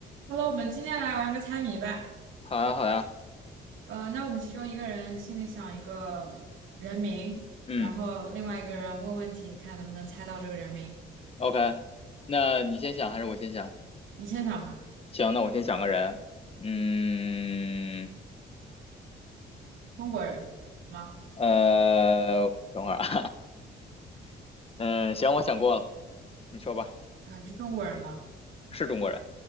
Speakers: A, on the right (about 80°); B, on the left (about 30°).
A: 好了，我们今天来玩个猜谜吧。
B: 好呀，好呀，
A: 呃，那我们其中一个人心里想一个人名，
B: 嗯
A: 然后另外一个人问问题，看能不能猜到这个人名。
B: ，OK，那你先想还是我先想？
A: 你先想吧，
B: 行，那我先想个人。嗯，
A: 中国人吗？
B: 呃，等会儿啊，<laughs> 嗯，行，我想过了，你说吧，
A: 嗯、是中国人吗？
B: 是中国人，